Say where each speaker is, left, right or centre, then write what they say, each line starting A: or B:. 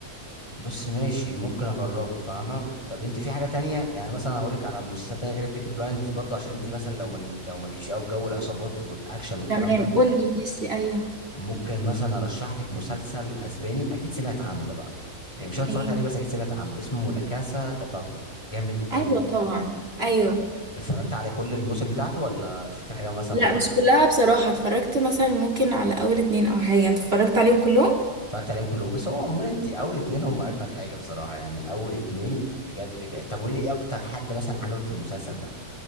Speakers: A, on the left; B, on the right.
A: بص ماشي ممكن اجربه فاهمه طب انت في حاجه تانية يعني مثلا هقول لك على مسلسل تاني غير البيكي بلايندرز برضه عشان انت مثلا لو مل... لو مالكيش قوي في جو العصابات والاكشن والكلام
B: تمام
A: ده
B: قولي ماشي ايوه
A: ممكن مثلا ارشح لك مسلسل اسباني اكيد سمعت عنه ده بقى يعني مش عارف
B: ايه
A: اتفرجت عليه بس اكيد سمعت عنه اسمه لا كاسا ده بابل جامد قوي
B: ايوه طبعا ايوه
A: اتفرجت على كل الموسم بتاعته ولا شوف في حاجه مثلا
B: لا
A: ما اتفرجت
B: مش
A: عليه
B: كلها بصراحة اتفرجت مثلا ممكن على اول اتنين او حاجة انت اتفرجت عليهم كلهم
A: اتفرجت عليهم كلهم بس هو عموما انت اول اتنين هم اجمد حاجه بصراحه يعني اول اتنين بجد ك... طب قولي لي ايه اكتر حد مثلا عجبك في المسلسل ده